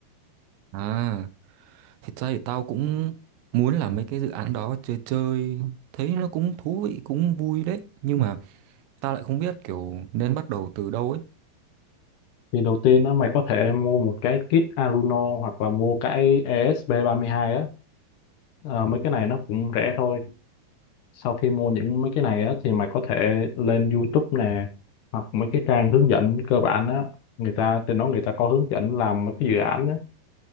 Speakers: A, on the right; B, on the left.
A: À, thật ra thì tao cũng muốn làm mấy cái dự án đó chơi chơi, thấy nó cũng thú vị, cũng vui đấy. Nhưng mà tao lại không biết kiểu nên bắt đầu từ đâu ấy.
B: Thì đầu tiên á, mày có thể mua một cái kit Arduino hoặc là mua cái esp hai á Ờ, mấy cái này nó cũng rẻ thôi sau khi mua những mấy cái này á thì mày có thể lên YouTube nè hoặc mấy cái trang hướng dẫn cơ bản á người ta trên đó người ta có hướng dẫn làm mấy cái dự án á